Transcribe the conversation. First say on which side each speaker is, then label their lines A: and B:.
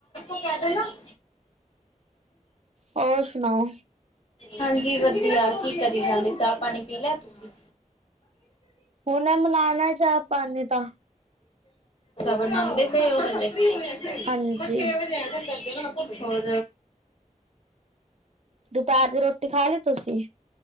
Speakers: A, on the left (about 45°); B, on the right (about 55°).
A: ਕਹਿ ਦੇਣਾ <unintelligible>
B: ਹੋਰ ਸੁਣਾਓ
A: ਹਾਂਜੀ। ਵਧੀਆ ਕੀ ਕਰੀ ਜਾਂਦੇ। ਚਾਹ- ਪਾਣੀ ਪੀ ਲਿਆ ਤੁਸੀਂ।
B: ਹੁਣ ਮਨਾਉਣਾ ਚਾਹ -ਪਾਣੀ ਤਾਂ।
A: ਬਨਾਉਂਦੇ ਪਏ ਉਹ ਹਜੇ ਵੀ।
B: ਹਾਂਜੀ।
A: ਛੇ ਵਜੇ ਹੋਰ
B: ਦੁਪਹਿਰ ਦੀ ਰੋਟੀ ਖਾ ਲੀ ਤੁਸੀਂ।